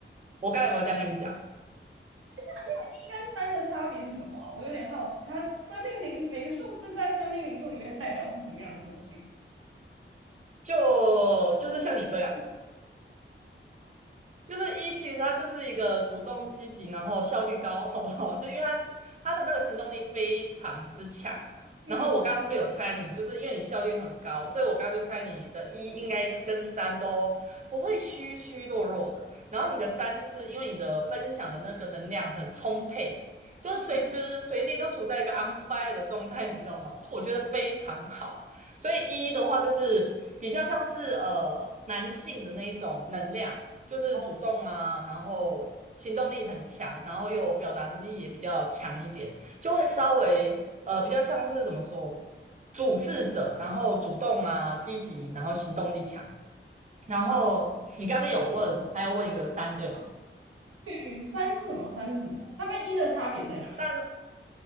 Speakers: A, on the right; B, on the right.
A: 我刚刚有没有这样跟你讲？
B: 那一跟三的差别是什么啊？我有点好奇，它生命灵每个数字在生命灵数里面代表是什么样的个性？
A: 就就是像你这样。就是一，其实他就是一个主动积极，然后效率高，好不好？<laughs> 就因为他他的那个行动力非常之强。
B: 嗯
A: 然后我刚刚是不是有猜你？就是因为你效率很高，所以我刚刚就猜你的一应该是跟三都不会虚虚弱弱的。然后你的三就是因为你的分享的那个能量很充沛，就是随时随地都处在一个
B: 嗯
A: on fire 的状态，你知道吗？所以我觉得非常好。所以一的话就是比较像是呃男性的那一种能量。就是主动啊，
B: 好
A: 然后行动力很强，然后又表达能力也比较强一点，就会稍微呃比较像是怎么说，主事者，然后主动啊，积极，然后行动力强。然后你刚刚有问，还要问一个三对吗？
B: 嗯，三是什么？三是什么？它跟一的差别在哪里？
A: 但